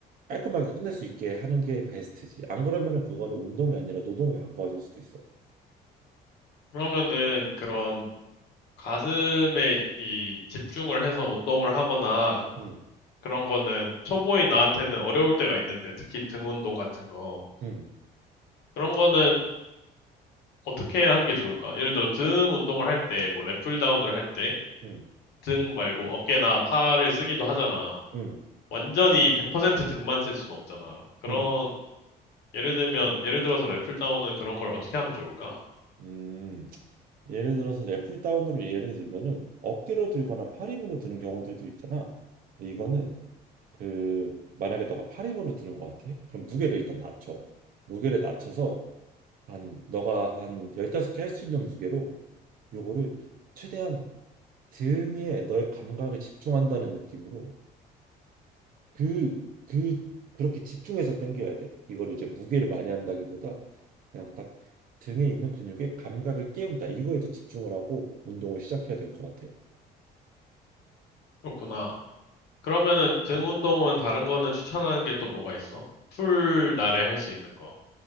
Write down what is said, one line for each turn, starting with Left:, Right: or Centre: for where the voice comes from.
Right: 깔끔하게 끝낼 수 있게 하는 게 베스트지. 안 그러면은 그거는 운동이 아니라 노동에 가까워질 수도 있어.
Left: 그러면은 그런
Right: 음,
Left: 가슴에 이 집중을 해서 운동을 하거나
Right: 음,
Left: 그런 거는 초보인 나한테는 어려울 때가 있는데 특히 등 운동 같은 거.
Right: 음,
Left: 그런 거는 어떻게 하는 게 좋을까? 예를 들어 등 운동을 할 때, 뭐 랫풀 다운을 할 때
Right: 음,
Left: 등 말고 어깨나 팔을 쓰기도 하잖아.
Right: 음,
Left: 완전히 100% 등만 쓸 수는 없잖아. 그런
Right: 음.
Left: 예를 들면 예를 들어서 랫풀 다운은 그런 걸 어떻게 하면 좋을까?
Right: 음, 예를 들어서 애플 다운으로 예를 들면은 어깨로 들거나 팔힘으로 드는 경우들도 있잖아. 근데 이거는 그 만약에 너가 팔힘으로 드는 것 같아? 그럼 무게를 일단 낮춰. 무게를 낮춰서 한 너가 한 15개 할 수 있는 무게로 요거를 최대한 등에 너의 감각에 집중한다는 느낌으로 그 그 그렇게 집중해서 당겨야 돼. 이거를 이제 무게를 많이 한다기보다 그냥 딱 등에 있는 근육에 감각을 깨운다. 이거에 더 집중을 하고 운동을 시작해야 될 것 같아.
Left: 그렇구나. 그러면은 등 운동은 다른 거는 추천하는 게 또 뭐가 있어? 풀 날에 할 수 있는 거.